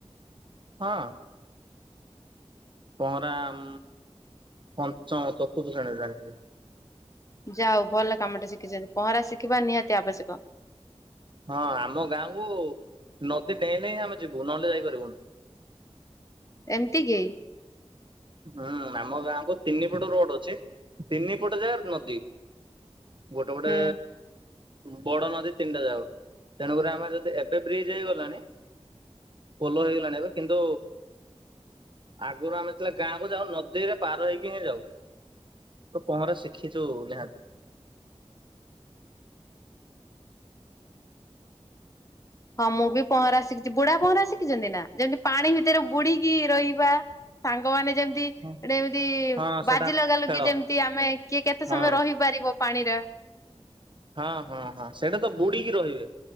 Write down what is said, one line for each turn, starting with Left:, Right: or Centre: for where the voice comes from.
Right: ହଁ। ପହଁରା ଉ ପଞ୍ଚମ ଚତୁର୍ଥ ଶ୍ରେଣୀରୁଜାଣିଚି।
Left: ଯା ହଉ ଭଲ କାମ ଟେ ଶିଖିଛନ୍ତି ପହଁରା ଶିଖିବା ନିହାତି ଆବଶ୍ୟକ।
Right: ହଁ ଆମ ଗାଁକୁୁ ନଦୀ ଡେଇଁଲେ ହିଁ ଆମେ ଯିବୁ ନହଲେ ଯାଇପାରିବୁନୁ।
Left: ଏମତି କି?
Right: ହୁଁ ଆମ ଗାଁ କୁ ତିନି ପଟ ରୋଡ ଅଛି ତିନି ପଟ ଯାଗାରେ ନଦୀ। ଗୋଟେ ଗୋଟେ
Left: ହୁଁ।
Right: ଏ। ବଡ ନଦୀ ତିନିଟା ଯାକ ତେଣୁକରି ଆମେ ଯଦି ଏବେ ବ୍ରିଜ୍ ହେଇଗଲାଣି। ପୋଲ ହେଇଗଲାଣି ଏବେ କିନ୍ତୁ ଆଗରୁ ଆମେ ଗାଁକୁ ଯାଉ ନଦୀରେ ପାର ହେଇକି ହିଁ ଯାଉ ତ ପହଁରା ଶିଖିଛୁ ନିହାତି।
Left: ହଁ ମୁଁ ବି ପହଁରା ଶିଖିଛି ବୁଡ଼ା ପହଁରା ଶିଖିଛନ୍ତି ନା ଯେମିତି ପାଣି ଭିତରେ ବୁଡିକି ରହିବା। ସାଙ୍ଗମାନେ ଯେମତି। ଗୋଟେ
Right: ହଁ।
Left: ଏମତି
Right: ହଁ ସେଟା
Left: ବାଜି ଲଗାଲଗି
Right: ଖେଳ
Left: କି ଯେମତି ଆମେ କିଏ କେତେ
Right: ହଁ
Left: ସମୟ ରହିପାରିବ ପାଣିରେ।
Right: ହଁ ହଁ ହଁ ସେଇଟା ତ ବୁଡିକି ରହିବେ